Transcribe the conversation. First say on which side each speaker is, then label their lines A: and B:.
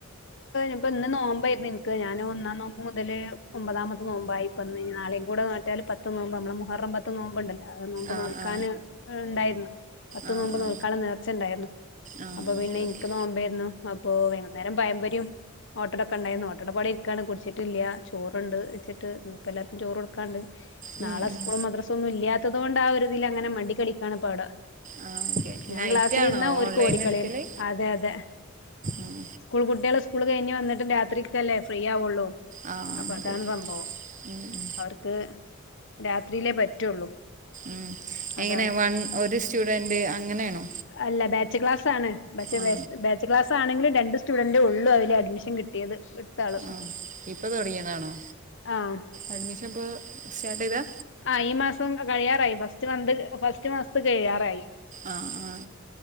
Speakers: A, on the left (about 65°); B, on the right (about 40°).
A: ഇപ്പോ ഇന്ന് നോമ്പായിരുന്നു എനിക്ക് ഞൻ ഒന്നാം നോമ്പ് മുതല് ഒമ്പതാമത് നോമ്പായി ഇാള കൂടെ നാട്ടാല് പത്ത്ു നോമ്പ് നമ്മള് മുഹറും പത്ത്ു നോമ്പണ്ടല്ലോ അത് നോമ്പ
B: ആ
A: നോക്കാൻ
B: ആ
A: ഉണ്ടായിരുന്നു പത്ത്ു
B: ആ
A: നോമ്പ്
B: ആ
A: നൽക്കാാലം നേർച്ചുണ്ടായിരുന്നു
B: ആ
A: അപ്പൊ പിന്നെ
B: ഓക്കെ
A: ഇനി
B: ഓക്കെ
A: രുന്നു അപ്പൊ വൈകുന്നേരം പയമ്പരം ഓട്ടടൊക്കെ ഉണ്ടായിരുന്നു ഓട്ടയുടെ പാടിരിക്കാണ്ട് കുടിച്ചിട്ടില്ല ചോറണ്ട് വച്ചിട്ട് ഇപ്പ എല്ലാവർക്കും ചോറ് കൊടുക്കാണ്ട്
B: ഉം
A: നാളെ
B: ഉം
A: സ്കൂളും മദ്രസ ഒന്നും ഇല്ലാത്തത് കൊണ്ട് ആ ഒരു ഇതിൽ അങ്ങനെ മണ്ടി കളിക്കാണ് ഇപ്പവി
B: ആ ഓക്കെ
A: ഞാൻ
B: നൈറ്റ്
A: ക്ലാസ്സില
B: ആണോ
A: ഇരുന്ന ഒരു
B: ഓൺലൈൻ
A: കോടിക്കളീൻ
B: എടുക്കല്
A: അതെ അതെ
B: ഉം
A: സ്കൂൾ കുട്ടികളെ സ്കൂള് കഴിഞ്ഞ് വന്നിട്ട് രാത്രിക്കല്ലേ ഫ്രീ ആവുള്ളൂ
B: ആ
A: അപ്പൊ
B: അതെ
A: അതാണ്
B: അതെ
A: സംഭവം
B: ഉം ഉം
A: അവർക്ക് രാത്രിയിലേ പറ്റുള്ളൂ
B: ഉം
A: അതാണ്
B: എങ്ങനെ വൺ ഒരു സ്റ്റുഡന്റ് അങ്ങനെയാണോ
A: അല്ല ബാച്ച് ക്ലാസ് ആണ് പക്ഷേ
B: ആ
A: ബാച്ച് ക്ലാസ് ആണെങ്കിലും രണ്ട് സ്റ്റുഡന്റ് ഉള്ളൂ അതില് അഡ്മിഷൻ കിട്ടും കിട്ടിയത് എടുത്താള
B: ആ ഇപ്പൊ തുടങ്ങിയതാണോ
A: ആഹ്
B: അഡ്മിഷൻ ഇപ്പൾ സ്റ്റാർട്ട് ചെയ്താ
A: ആ ഈ മാസം കഴിയാറായി ഫസ്റ്റ് മന്ത് ഫസ്റ്റ് മാസത്ത് കഴിയാറായി
B: ആഹ ആ